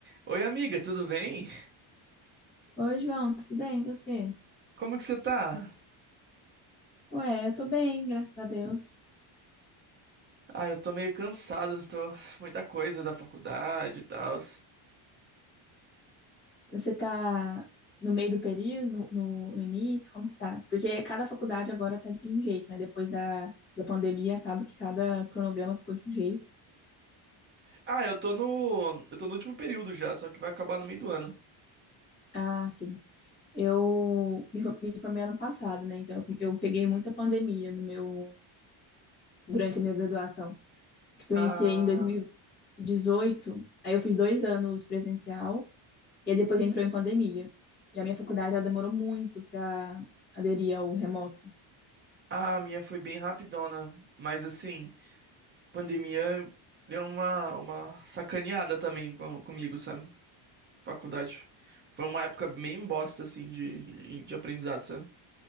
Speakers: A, on the right; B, on the left.
A: Oi, amiga, tudo bem?
B: Oi, João, tudo bem? E você?
A: Como que você tá?
B: Ué, eu tô bem, graças a Deus.
A: Ah, eu tô meio cansado, tô muita coisa da faculdade e tal.
B: Você tá no meio do período, no, no- no início? Como que tá? Porque cada faculdade agora tá de um jeito, né? Depois da, da pandemia, acaba que cada cronograma ficou de um jeito.
A: Ah, eu tô no eu tô no último período já, só que vai acabar no meio do ano.
B: Ah, sim. Eu me, for- me formei ano passado, né? Então eu, eu peguei muita pandemia no meu, durante a minha graduação. Porque eu
A: Ah,
B: iniciei em 2018, aí eu fiz dois anos presencial. E aí depois entrou em pandemia. E a minha faculdade, ela demorou muito para aderir ao remoto.
A: ah, a minha foi bem rapidona, mas assim, pandemia deu uma uma sacaneada também com, comigo, sabe? Faculdade. Foi uma época meio bosta assim de de de aprendizado, sabe?